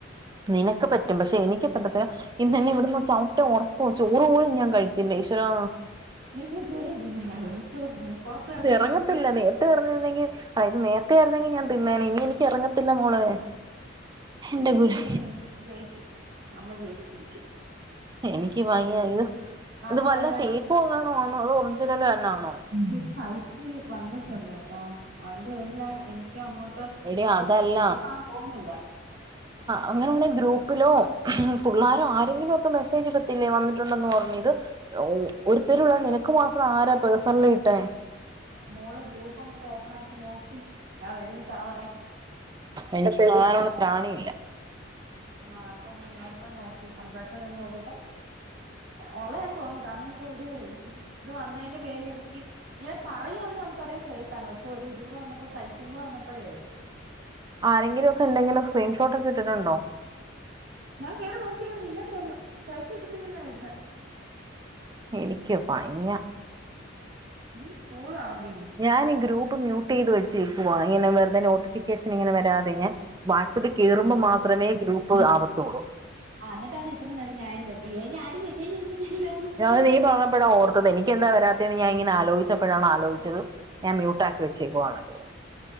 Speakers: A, on the right; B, on the right.
A: നിനക്ക് പറ്റും പഷെ എനിക്ക് പറ്റത്തില്ല ഇന്നെന്നെ ഇവ്ട്ന്ന് ചവ് ട്ട് ഒറപ്പു ചോറ് പോലും ഞാ കഴിച്ചില്ല ഈ്വരാ
B: നീ ഇപ്പ ചോറ് തിന്ന് മോളെ ചോറ് തിന്ന് പുറത്തിറക്കി
A: ഇറങ്ങത്തില്ല
B: കിടത്തിയ
A: നേരത്തെ പറഞ്ഞിരുന്നെങ്കിൽ ഇത് നേരത്തെ ആര്ന്നെങ്കിൽ ഞാൻ തിന്നേനെ ഇനി എനിക്ക് ഇറങ്ങത്തില്ല മോളെ
B: നീ
A: എന്റെ
B: പേടിക്കണ്ട
A: ഗുരു
B: നീ ജയിക്കും നമ്മ ജയിച്ചിരിക്കും
A: എനിക്ക് വയ്യ ഇത്
B: നമ്മളല്ലാണ്ട്
A: ഇത് വല്ല ഫേക്ക് എങ്ങാനും ആണോ അതോ ഒറിജിനല് തന്നെയാണോ
B: ഇത് സൈറ്റിൽ വന്നിട്ടുണ്ട് കേട്ടോ അതിന്റെ പേരിലാണ് എനിക്ക് അങ്ങോട്ട് ട്ട്
A: എടി അതല്ല
B: ഫേക്ക് ആന്ന് തോന്ന്ന്നില്ല
A: അങ്ങനെ ആണെ ഗ്രൂപ്പിലോ പുള്ളാരോ ആരെങ്കിലും ഒക്കെ മെസ്സേജ് ഇടത്തില്ലേ വന്നിട്ടുണ്ടെന്ന് പറഞ്ഞ് ഇത്‌ ഒരുത്തര് ഉള്ള നിനക്ക് മാസം ആരാ പേഴ്സണലി ഇട്ടേ
B: മോള് ഗ്രൂപ്പ് അങ്ങോട്ട് ഓപ്പൺ ആക്കി നോക്ക് ദാ വരന്ന് ചറ പറെ
A: എനിക്ക് താങ്ങാനുള്ള ത്രാണിയില്ല
B: ആഹ് ഇപ്പൊ അങ്ങോട്ട് ഞാനിപ്പ നോക്കി സംസാരിച്ചോണ്ടിര്ന്നപ്പൊ നോക്കിയപ്പൊ ഒള്ളയാ തോന്നുന്നു കാരണം വെച്ചാ ഒരു ഇത് വന്നതിന്റെ പേര് എനിക്ക് ഇങ്ങനെ പറയാന്നെ അത് നമുക്കറിയാം ഫേക്കാന്ന് പക്ഷെ ഒരിത് കൂടെ വന്നപ്പോ സൈറ്റും കൂടെ വന്നപ്പഴേ
A: ആരെങ്കിലും ഒക്കെ എന്തെിലും സ്ക്രീൻഷോട്ട് ഒക്കെ ഇട്ടിട്ടുണ്ടോ
B: ഞാൻ കേറി നോക്കീല്ലെടി ഇല്ലെന്ന തോന്നന്ന് സൈറ്റ് കിട്ടുന്നില്ലന്നാ ഇടുന്നെ
A: എനിക്ക് വയ്യ
B: നീ കൂൾ ആവടി
A: ഞാൻ ഈ ഗ്രൂപ്പ് മ്യൂട്ട് ചെയ്ത് വെച്ചേക്കുവാ ഇങ്ങനെ വെറുതെ നോ നോട്ടിഫിക്കേഷനിങ്ങനെ വരാതെ ഞാൻ വാട്സപ്പി കേറുമ്പോ മാത്രമേ ഗ്രൂപ്പ് ആവത്തുള്ളൂ.
B: ആഹ് ന്നിട്ടാന്ന് ഇത്ര നേരം ആരും എത്തിയില്ല. ആരും മെസേജ് ഇടുന്നില്ലല്ലോ. ഹ് ഹ്
A: ഞാന് നീ പോന്നപ്പഴാ ഓർത്തത് എനിക്ക് എന്താ വരാത്തേന്ന് ഞാൻ ഇങ്ങനെ ആലോചിച്ചപ്പോഴാണ് ആലോചിച്ചത്. ഞാൻ മ്യൂട്ടാക്കി വെച്ചേക്കുവാണല്ലോ.